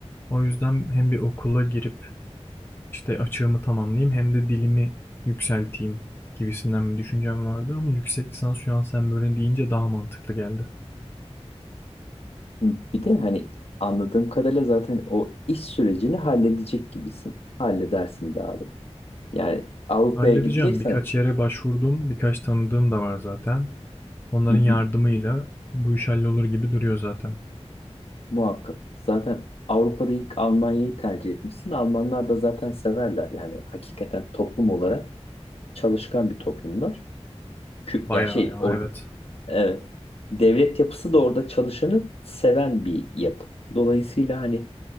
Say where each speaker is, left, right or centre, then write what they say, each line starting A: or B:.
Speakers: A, on the left; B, on the left.
A: O yüzden hem bir okula girip işte açığımı tamamlayayım hem de dilimi yükselteyim gibisinden bir düşüncem vardı ama yüksek lisans şu an sen böyle deyince daha mantıklı geldi.
B: Bir de hani anladığım kadarıyla zaten o iş sürecini halledecek gibisin. Halledersin de abi. Yani Avrupa'ya
A: Halledeceğim.
B: gideceksen
A: Birkaç yere başvurdum. Birkaç tanıdığım da var zaten. Onların
B: hı hı,
A: yardımıyla bu iş hallolur gibi duruyor zaten.
B: muhakkak. Zaten Avrupa'da ilk Almanya'yı tercih etmişsin. Almanlar da zaten severler. Yani hakikaten toplum olarak çalışkan bir toplumlar. Kü-
A: Bayağı
B: Yani şey
A: ya
B: orada
A: evet.
B: evet. Devlet yapısı da orada çalışanı seven bir yapı. Dolayısıyla hani